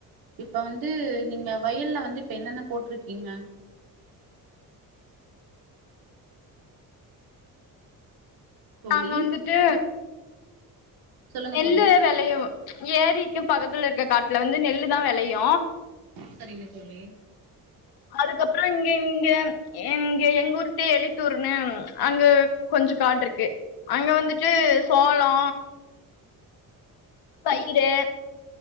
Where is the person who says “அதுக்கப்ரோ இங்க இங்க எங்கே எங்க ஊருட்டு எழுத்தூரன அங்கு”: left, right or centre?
Left